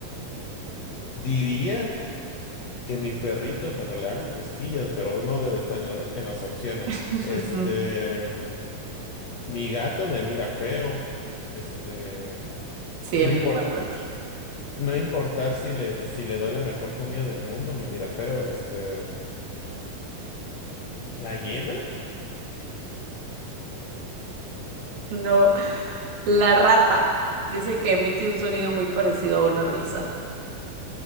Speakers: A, on the left; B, on the right.
A: Diría que mi perrito, bueno, le hago cosquillas, pero no debe estar en, la- en las opciones.
B: <laughs>
A: Este, mm, mi gato me mira feo. Este,
B: Sí,
A: no
B: el
A: importa,
B: mío me muerde.
A: no importar si le, si le doy la mejor comida del mundo, me mira feo. Este, la hiena,
B: No, la rata. Dice que emite un sonido muy parecido a una risa.